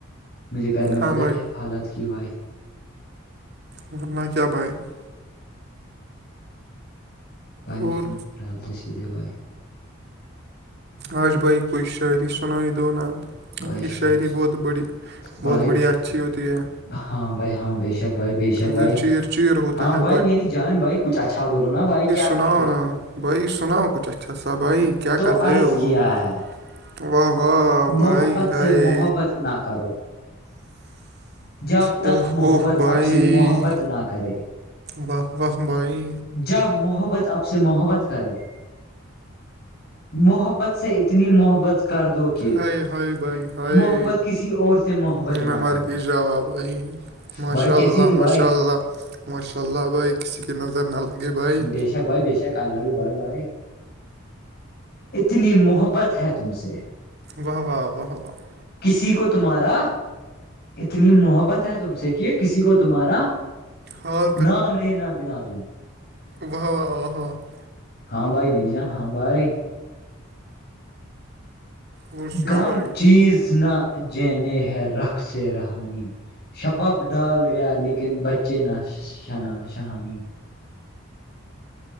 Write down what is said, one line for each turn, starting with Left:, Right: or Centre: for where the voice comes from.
Left: مجھے گھر میں
Right: ہاں
Left: پت ہے
Right: بھائی
Left: کیا حالت کی بائی
Right: ورنہ کیا بھائی <unintelligible>
Left: بھائی مجے
Right: اور
Left: م ڈالتے سھے بھائی
Right: آاش بھائ کوئی شاعری س نائی د ناب
Left: بھائی
Right: آپ کی
Left: شاید
Right: شاعری بہت بڑی
Left: بھائی
Right: بہت بڑی اچھی ہوتی ہے
Left: ہاں بھائی ہاں ب ش شک بھائی بےشک بھائی
Right: دل چیر چیر ہوتا
Left: ہاں
Right: ہے
Left: بھائی میری جان بھائی کچھ اچھا بولو نا بھائی کیا
Right: سناؤ
Left: کر رہے
Right: نا بھائی سناؤ کچھ اچھا سا بھائی کیا
Left: تو
Right: کر رہے
Left: عرض
Right: ہو وہ
Left: کیا
Right: <unintelligible>
Left: ہے
Right: واہ واہ بھائی
Left: محبت
Right: ہےائے
Left: سے محبت نہ کرو <unintelligible> جب تک
Right: اوہ
Left: محبت
Right: اوہ بھائی
Left: اب سے محبت نہ کرے
Right: واہ واہ بھائی
Left: جا محبت اب سے محبت کرے محبت سے اتنی محبت کر دو کہ
Right: ہائے ہائے بھائی ہائے
Left: محبت کسی اور سے محبت
Right: ت
Left: نہ
Right: میں مار
Left: کرے
Right: کی جاب بھائی ماشاء
Left: بھائی کیسی
Right: اللہ
Left: تھی بھائی
Right: ماشاء اللہ ماشاء اللہ بھائی کسی کی نظر نہ لگے بھائی
Left: ب شاک بائی بشک <unintelligible> ک لائی بھائی بھائی اتنی محبت ہے تم سے
Right: و واہ واہ و <unintelligible>
Left: کسی کو تمہارا اتنی محبت ہے تم سے کہ کسی کو تمہارا
Right: حال
Left: نام لینا بنا دوں
Right: وہ وا وہ وا <unintelligible>
Left: ہاں بھائی میری جان ہاں بھائی
Right: اور سنا
Left: غم
Right: بھائی
Left: چیز نہ جنے ہے رق سے رہانی شبب ڈال گیا لیکن بچے نہ شنا شہانی